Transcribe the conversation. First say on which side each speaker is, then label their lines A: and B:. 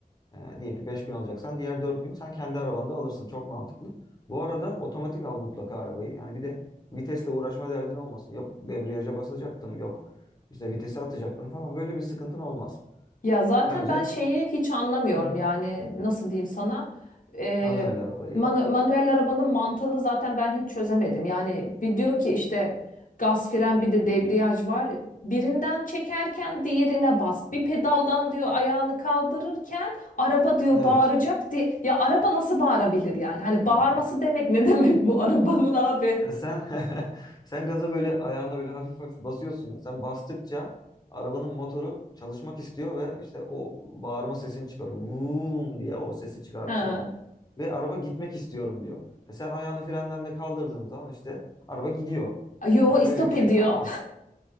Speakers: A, on the left; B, on the left.
A: e, diyelim ki 5 gün alacaksan diğer 4 gün sen kendi arabanda alırsın. Çok mantıklı. Bu arada otomatik al mutlaka arabayı. Yani bir de vitesle uğraşma derdin olmasın. Yok debriyaja basacaktım. Yok işte vitesi atacaktım falan. Böyle bir sıkıntın olmaz.
B: Ya zaten
A: Bence
B: ben şeyi hiç anlamıyorum
A: Hı hı.
B: yani nasıl diyeyim sana Ee,
A: manuel arabayı.
B: manu- manuel arabanın mantığını zaten ben hiç çözemedim. Yani bir diyor ki işte gaz fren bir de debriyaj var birinden çekerken diğerine bas bir pedaldan diyor ayağını kaldırırken araba diyor
A: Evet.
B: bağıracak diye ya araba nasıl bağırabilir yani hani bağırması
A: <laughs>
B: demek ne <laughs> demek bu arabanın abi?
A: Ya sen <laughs> sen gaza böyle ayağınla böyle hafif hafif basıyorsun ya. Sen bastıkça arabanın motoru çalışmak istiyor ve işte o bağırma sesini çıkarıyor. Vuuu diye o sesi çıkartıyor.
B: Ha.
A: Ve araba gitmek istiyorum diyor. E sen ayağını frenden de kaldırdığın zaman işte araba gidiyor.
B: Yo
A: Yani
B: istop
A: öyle bir şey
B: ediyor.
A: ama